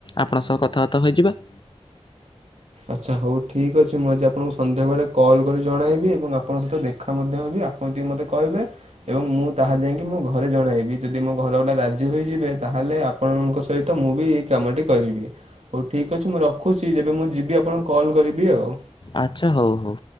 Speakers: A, on the left (about 45°); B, on the right (about 85°).
A: ଆପଣଙ୍କ ସହ କଥାବାର୍ତ୍ତା ହୋଇଯିବା।
B: ଆଚ୍ଛା ହଉ ଠିକ୍ ଅଛି, ମୁଁ ଆଜି ଆପଣଙ୍କୁ ସନ୍ଧ୍ୟାବେଳେ କଲ୍ କରି ଜଣାଇବି, ଏବଂ ଆପଙ୍କ ସହିତ ଦେଖ ତମ ଦେହ ବି ଆପଣ ଟିକେ ମତେ କହିବେ ଏବଂ ମୁଁ ତାହା ଯାଇକି ମୋ ଘରେ ଜଣେଇବି, ଯଦି ମୋ ଘର ଭଲା ରାଜି ହୋଇଯିବେ ତାହେଲେ ଆପଣଙ୍କ ସହିତ ମୁଁ ବି ଏଇ କାମଟି କରିିବି, ହଉ ଠିକ ଅଛି ମୁଁ ରଖୁଛି ଯେବେ ମୁଁ ଯିବି ଆପଣଙ୍କୁ କଲ୍ କରିବି ଆଉ।
A: ଆଚଛା ହଉ ହଉ।